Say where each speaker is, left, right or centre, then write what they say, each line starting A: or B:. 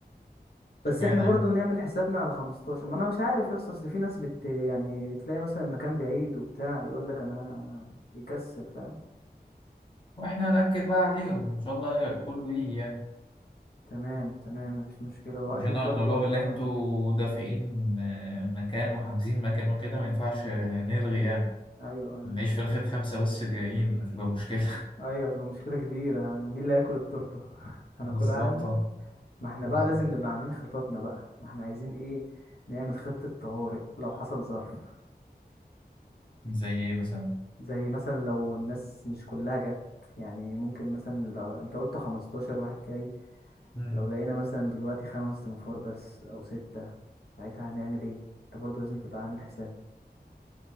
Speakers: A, on the left; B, on the left.
A: بس
B: اشمعنى
A: إحنا برضو نعمل حسابنا على 15 ما أنا مش عارف يا اسطى أصل في ناس بت يعني بتلاقي مثلا مكان بعيد وبتاع يقول لك أنا يكسل فاهم
B: واحنا هنأكد بقى عليهم وان شاء الله كله يجي يعني
A: تمام تمام مفيش مشكلة هو
B: مش
A: أكيد
B: انا
A: برضو
B: نقول لهم
A: هتلاقيهم
B: اللي انتوا
A: عايزين يجوا.
B: دافعين آه، مكان وحاجزين مكان وكده ما ينفعش آه، نلغي يعني
A: أيوه أيوه
B: نعيش
A: صح
B: في الاخر خمسة بس اللي جايين هتبقى مشكلة
A: أيوه هتبقى مشكلة كبيرة مين اللي هياكل التورتة <laughs>
B: <laughs>
A: هناكلها
B: بالظبط
A: إحنا
B: آه،
A: ما احنا
B: بالظبط
A: بقى لازم نبقى عاملين خططنا بقى ما احنا عايزين ايه نعمل خطة طوارئ لو حصل ظرف
B: زي ايه مثلا
A: زي مثلا لو الناس مش كلها جت يعني ممكن مثلا لو انت قلت 15 واحد جاي
B: مم.
A: لو لقينا مثلا دلوقتي خمس تنفار بس او ستة ساعتها هنعمل ايه انت برضو لازم تبقى عامل حساب